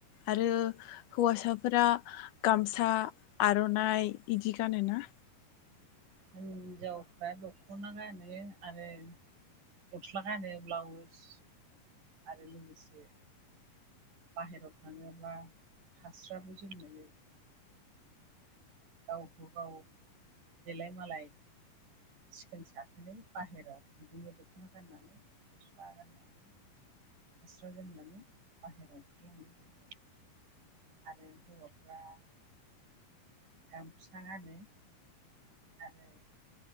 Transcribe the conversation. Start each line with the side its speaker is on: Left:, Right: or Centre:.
Left: आरो हौवासाफोरा गामसा आर'नाइ इदि गानोना
Right: होनजावफ्रा दख'ना गानो आरो गस्ला गानो ब्लाउस आरो लोगोसे बाहेराव थाङोब्ला फास्राबो जोमनाय जायो गावखौ गाव देलाय मालाय सिखोन साखोनै बाहेरायाव बिदिनो दख'ना गाननानै गस्ला गाननानै फास्रा जोमनानै बाहेरायाव ओंखारलांनाय जायो आरो हौवाफ्रा गामसा गानो आरो